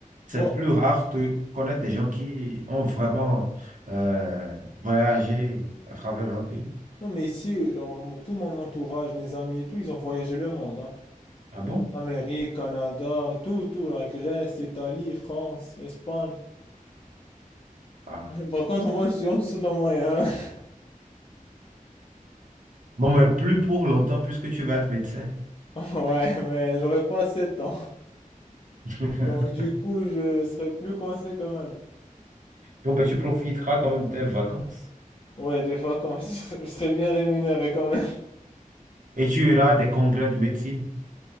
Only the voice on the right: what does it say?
C'est
plus rare de connaître des gens qui ont vraiment euh, voyagé à travers leur pays.
Ah bon?
Ah.
Bon, mais plus pour longtemps, puisque tu vas être médecin.
<laughs>
Bon, ben, tu profiteras quand même de tes vacances.
Et tu iras à des congrès de médecine. <laughs>